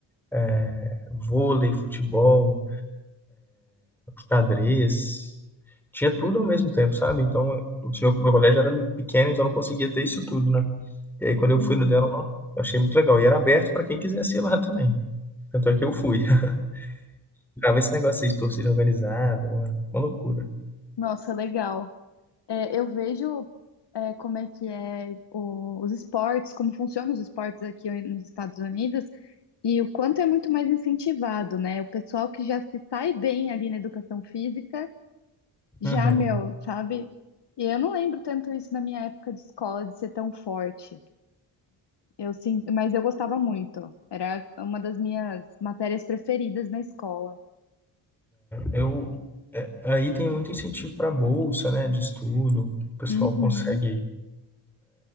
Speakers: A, in the centre; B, on the left.
A: é, vôlei, futebol, xadrez. tinha tudo ao mesmo tempo, sabe? Então, o meu, meu colégio era pequeno, então eu não conseguia ter isso tudo, né? E aí, quando eu
B: hum.
A: fui no dela, nossa, eu achei muito legal. E era aberto para quem quisesse ir lá também. Tanto é que eu fui. <laughs> Ficava esse negócio aí de torcida organizada, uma, uma loucura.
B: Nossa, legal. É, eu vejo é, como é que é o- os esportes, como funcionam os esportes aqui nos Estados Unidos e o quanto é muito mais incentivado, né? O pessoal que já se sai bem ali na educação física, já,
A: Uhum.
B: meu, sabe? E eu não lembro tanto isso na minha época de escola, de ser tão forte. Eu sim, mas eu gostava muito. Era uma das minhas matérias preferidas na escola.
A: Eu, é, aí tem muito incentivo para bolsa, né, de estudo. O pessoal
B: Uhum.
A: consegue